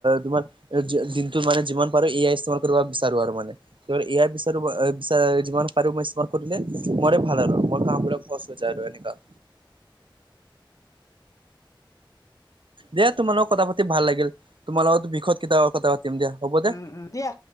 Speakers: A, on the right; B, on the left.
A: তোমাৰ দিনটোত মানে যিমান পাৰো এইয়াই ইনষ্টল কৰিব বিচাৰো মানে এয়াই বিচাৰো যিমান পাৰো মই কৰিলে মৰে ভাল আৰু মোৰ কামবোৰ সহজ যায় আৰু এনেকা। দিয়া তোমাৰ লগত কথা পাতি ভাল লাগিল তোমাল লগতো বিষত কেতিয়াবা কথা পাতিম দিয়া। হ'ব দে।
B: উম, উম দিয়া।